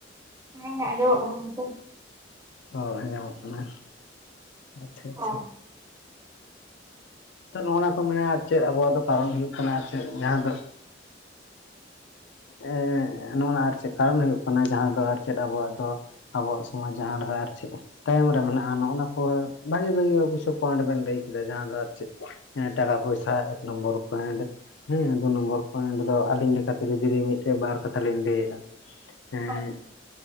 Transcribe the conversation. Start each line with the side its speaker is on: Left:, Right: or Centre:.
Right: ᱦᱮᱸ, ᱟᱸᱡᱚᱢᱚᱜ ᱠᱟᱱᱟ ᱦᱳᱭᱛᱚ᱾
Left: ᱚ ᱟᱸᱧᱟᱢᱚᱜ ᱠᱟᱱᱟ, ᱟᱪᱪᱷᱟ ᱟᱪᱪᱷᱟ᱾
Right: ᱦᱳᱭ᱾
Left: ᱛᱟᱞᱦᱮ ᱚᱱᱟ ᱠᱚ ᱢᱮᱱᱟ ᱟᱨ ᱪᱮᱫ ᱟᱵᱚᱣᱟᱜ ᱫᱚ ᱠᱟᱨᱚᱱ ᱦᱩᱭᱩᱜ ᱠᱟᱱᱟ ᱟᱨ ᱪᱮᱫ ᱡᱟᱦᱟᱸᱭ ᱫᱚ ᱮᱸᱻ ᱱᱚᱜ-ᱚᱱᱟ ᱟᱨ ᱪᱮᱫ ᱠᱟᱨᱚᱱ ᱦᱩᱭᱩᱜ ᱠᱟᱱᱟ ᱡᱟᱦᱟᱸ ᱫᱚ ᱟᱨ ᱪᱮᱫ ᱟᱵᱚᱣᱟᱜ ᱫᱚ ᱟᱵᱚᱣᱟᱜ ᱥᱚᱢᱟᱡᱽ ᱡᱟᱦᱟᱸ ᱞᱮᱠᱟ ᱟᱨ ᱪᱮᱫ ᱛᱟᱭᱚᱢ ᱨᱮ ᱢᱮᱱᱟᱜ-ᱟ ᱱᱚᱜ-ᱚᱱᱟ ᱠᱚ ᱵᱷᱟᱜᱤ ᱵᱷᱟᱜᱤ ᱚᱵᱵᱳᱥᱥᱳᱭ ᱯᱚᱭᱮᱱᱴ ᱵᱮᱱ ᱞᱟᱹᱭ ᱠᱮᱫᱟ ᱡᱟᱦᱟᱸ ᱫᱚ ᱟᱨ ᱪᱮᱫ ᱦᱮᱸ ᱴᱟᱠᱟ ᱯᱚᱭᱥᱟ ᱮᱠ ᱱᱚᱢᱵᱚᱨ ᱯᱚᱭᱮᱱᱴ, ᱦᱮᱸ ᱫᱩ ᱱᱚᱢᱵᱚᱨ ᱯᱚᱭᱮᱱᱴ ᱫᱚ ᱟᱞᱤᱧ ᱞᱮᱠᱟᱛᱮ ᱡᱩᱫᱤ ᱡᱩᱫᱤ ᱢᱤᱫᱴᱮᱡ ᱵᱟᱨ ᱠᱟᱛᱷᱟ ᱞᱤᱧ ᱞᱟᱹᱭᱮᱫ-ᱟ᱾ ᱮᱸᱫ
Right: ᱦᱳᱭ